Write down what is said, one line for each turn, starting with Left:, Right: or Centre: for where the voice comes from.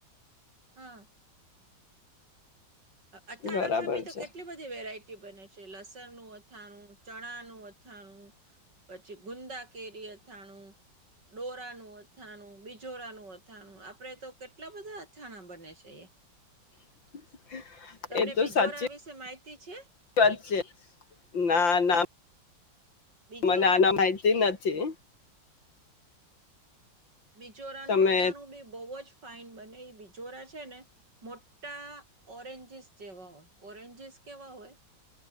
Right: હા. અથાણામાં
Left: બરાબર
Right: બી તો
Left: છે
Right: કેટલી બધી વેરાય ટી બને છે, લસણ નું, અથાણું, ચણા નું, અથાણું પછી ગુંદા કેરી અથાણું, ડોરા નું અથાણું, બિજોરા નું અથાણું આપડે તો કેટ એટલા બધા અથાણા બને છે, એ
Left: <unintelligible>
Right: તમને બીજોરા
Left: સાચી
Right: વિશે માહિતી છે?
Left: <unintelligible> ના, ના.
Right: બીજો
Left: મને આના માહિતી નથી.
Right: બિજોરાનું
Left: તમે
Right: અથાણું બી બહુ જ ફાઈન બને, એ બિજોરા છે ને. મોટા ઓરેન્જીસ જેવા હોય, ઓરેન્જીસ કેવા હોય?